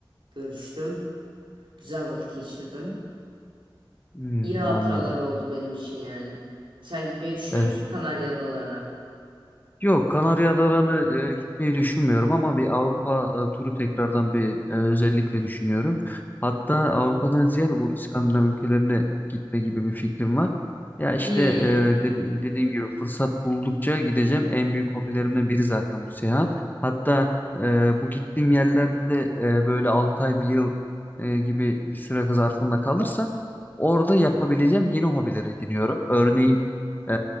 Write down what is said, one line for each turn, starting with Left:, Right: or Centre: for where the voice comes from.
Right: görüştüm. Güzel vakit geçirdim.
Left: hmm,
Right: İyi hatıralar
Left: anladım.
Right: oldu benim için yani. Sen gitmeyi düşünüyor
Left: Evet.
Right: musun Kanarya Adalarına?
Left: Yok Kanarya Adaları'nı e, gitmeyi düşünmüyorum ama bir Avrupa e, turu tekrardan bir e, özellikle düşünüyorum. Hatta Avrupa'dan ziyade bu İskandinav ülkelerine gitme gibi bir fikrim var. Ya işte
Right: Hmm.
Left: e, dedi- dediğim gibi fırsat buldukça gideceğim. En büyük hobilerimden biri zaten bu seyahat. Hatta e, bu gittiğim yerlerde de e, böyle 6 ay bir yıl e, gibi bir süre zarfında kalırsam orada yapabileceğim yeni hobiler ediniyorum. Örneğin ee,